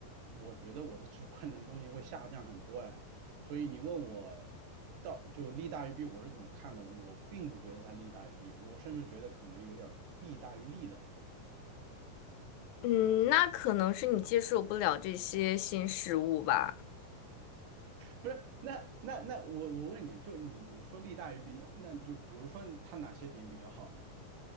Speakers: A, on the right; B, on the left.
A: 我觉得我的主观能动性会下降很多哎。所以你问我到就利大于弊，我是怎么看的？我并不觉得它利大于弊，我甚至觉得可能有点儿弊大于利了。
B: 嗯，那可能是你接受不了这些新事物吧。
A: 不是，那那那我我问你，就你你说利大于弊，那那就比如说它哪些点比较好呢？